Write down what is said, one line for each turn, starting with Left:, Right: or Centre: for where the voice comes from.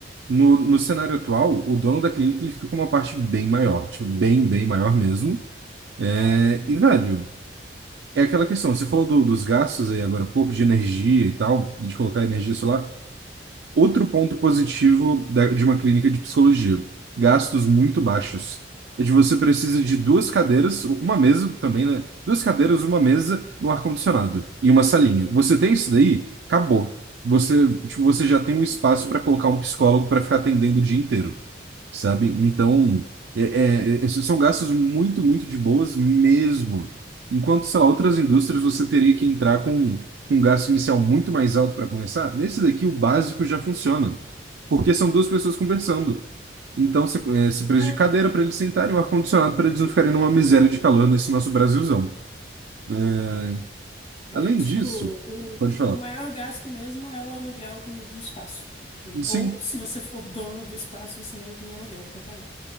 Right: no, no cenário atual, o dono da clínica ele fica com uma parte bem maior, tipo, bem, bem maior mesmo. É,
Left: Uhum,
Right: e, velho, é aquela questão, você falou do- dos gastos aí agora há pouco, de energia e tal, de colocar energia solar. Outro ponto positivo da- de uma clínica de psicologia: gastos muito baixos. É de você precisa de duas cadeiras, uma mesa também, né? Duas cadeiras, uma mesa, um ar-condicionado e uma salinha. Você tem isso daí? Acabou. Você, tipo, você já tem um espaço para colocar um psicólogo para ficar atendendo o dia inteiro sabe? Então, é, é, esses são gastos muito, muito de boas mesmo. Enquanto, sei lá, outras indústrias você teria que entrar com um gasto inicial muito mais alto para começar, nesse daqui o básico já funciona, porque são duas pessoas conversando. Então, você, é, você precisa
Left: uhum.
Right: de cadeira para eles sentarem, um ar-condicionado para eles não ficarem numa miséria de calor nesse nosso Brasilzão. É,
Left: É,
Right: além
Left: tipo,
Right: disso,
Left: o,
Right: pode falar.
Left: o maior gasto mesmo é o aluguel do, do espaço. Porque,
Right: Sim,
Left: ou se você for <laughs> dono do espaço, você nem tem aluguel para pagar.